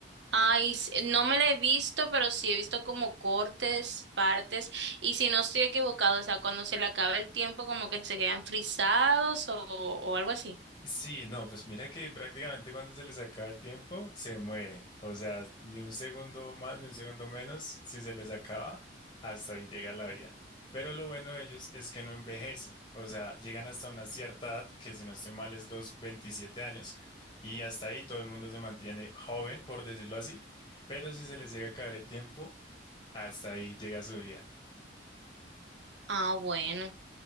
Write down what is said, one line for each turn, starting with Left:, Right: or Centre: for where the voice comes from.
Right: Ay, s- no me la he visto, pero sí he visto como cortes, partes, y si no estoy equivocado, o sea, cuando se le acaba el tiempo, como que se quedan frisados o, o algo así.
Left: Sí, no, pues mira que prácticamente cuando se les acaba el tiempo, se mueren. O sea, ni un segundo más, ni un segundo menos, si se les acaba, hasta ahí llega la vida. Pero lo bueno de ellos es que no envejecen. O sea, llegan hasta una cierta edad, que si no estoy mal es los 27 años, y hasta ahí todo el mundo se mantiene joven, por decirlo así. Pero si se les llega a acabar el tiempo, hasta ahí llega su vida.
Right: Ah, bueno.